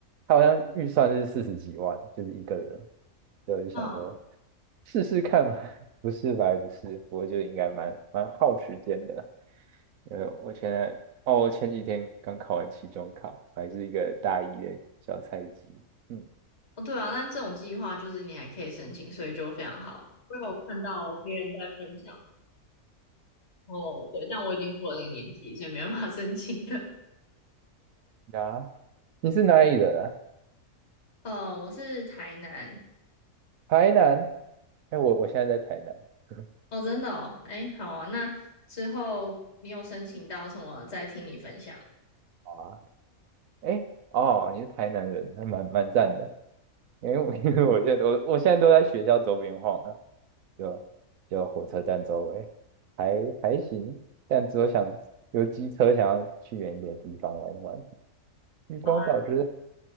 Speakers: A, on the right (about 70°); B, on the left (about 45°).
A: 他好像预算是四十几万，就是一个人。所以我就想说
B: 嗯，
A: 试试看嘛，<laughs> 不是白不是，我就应该蛮蛮耗时间的。因为我现在哦，我前几天刚考完期中考，还是一个大一的小菜鸡。嗯
B: 哦，对啊，但这种计划就是你还可以申请，所以就非常好。我有看到别人在分享，哦，对，但我已经过了那个年纪，所以没办法 <laughs> 申请的。
A: 啊，你是哪里人啊？
B: 呃，我是台南，
A: 台南？哎，我我现在在台南。<laughs>
B: 哦，真的哦，哎，好啊，那之后你有申请到什么，再听你分享。
A: 好啊，哎，哦，你是台南人，那蛮蛮赞的。因为我 <laughs> 因为我现在我我现在都在学校周边晃了，就就火车站周围，还还行，但只有想有机车想要去远一点的地方玩一玩。渔光岛就是
B: 好啊，